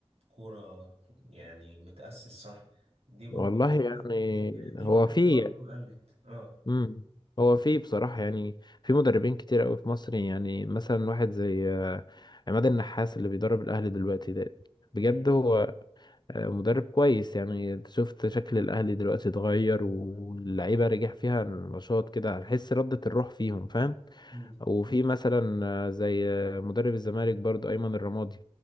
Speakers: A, on the right; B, on the left.
A: كورة يعني متأسس صح دي برضه
B: والله
A: نقطة
B: يعني
A: يعني دي
B: هو
A: نقطة
B: في
A: برضه قلت اه
B: امم هو في بصراحة يعني في مدربين كتير قوي في مصر يعني مثلا واحد زي آه، عماد النحاس اللي بيدرب الأهلي دلوقتي ده بجد
A: مم.
B: هو آه، مدرب كويس يعني شفت شكل الأهلي دلوقتي اتغير واللعيبة رجع فيها النشاط كده هتحس ردة الروح فيهم فاهم
A: مم.
B: وفي مثلا آه، زي آه، مدرب الزمالك برضو أيمن الرمادي